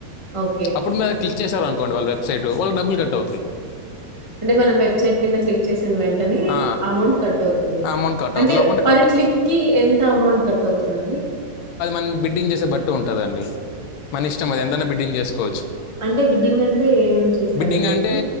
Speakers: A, on the right; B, on the left.
A: ఓకే.
B: అప్పుడు మీద క్లిక్ చేశార అనుకోండి వాళ్ళ వెబ్సైట్ వాళ్ళ డబ్బులు కట్ అవుతాయి
A: అంటే మనం వెబ్సైట్ మీద క్లిక్ చేసిన వెంటనే అమౌ
B: ఆ,
A: అమౌంట్ కట్ అవుతుంది
B: ఆ అమౌంట్ కట్
A: అంటే
B: అవుతుంది లేకుంటే
A: పర్
B: కట్
A: క్లిక్
B: కాదు
A: కి ఎంత అమౌంట్ కట్ అవుతుందండి
B: మ్ బిడ్డింగ్ చేసే బట్టి ఉంటదండి మన ఇష్టం అది ఎంతనా బిడ్డింగ్ చేసుకోవచ్చు
A: అంటే బిడ్డింగ్ అంటే ఏం చేస్తారండి
B: బిడ్డింగ్ అంటే
A: అట్లా?